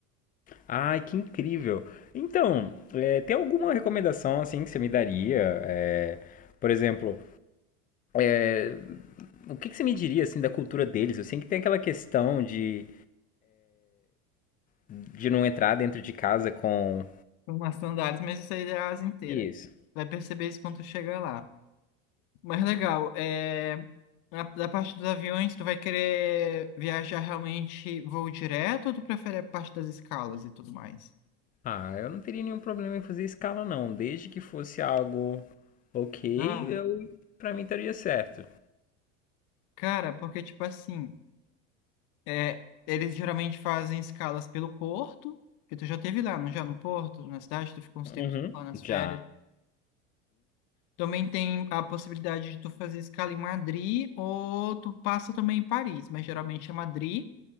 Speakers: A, on the left (about 25°); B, on the left (about 60°).
A: Ai, que incrível. Então, é, tem alguma recomendação assim que você me daria? É, por exemplo, é, o que que você me diria assim da cultura deles? Eu sei que tem aquela questão de, de não entrar dentro de casa com
B: Umas sandálias, mas isso aí é a asa inteira.
A: isso.
B: Vai perceber isso quando tu chegar lá. Mas legal, é... na- da parte dos aviões, tu vai querer viajar realmente voo direto ou tu prefere a parte das escalas e tudo mais?
A: Ah, eu não teria nenhum problema em fazer escala não, desde que fosse algo ok,
B: Ah,
A: eu para mim estaria certo.
B: cara, porque tipo assim, é... eles geralmente fazem escalas pelo porto, que tu já teve lá, não já no porto, na cidade, tu ficou uns
A: Uhum,
B: tempos lá nas
A: já.
B: férias. Também tem a possibilidade de tu fazer escala em Madrid ou tu passa também em Paris, mas geralmente é Madrid.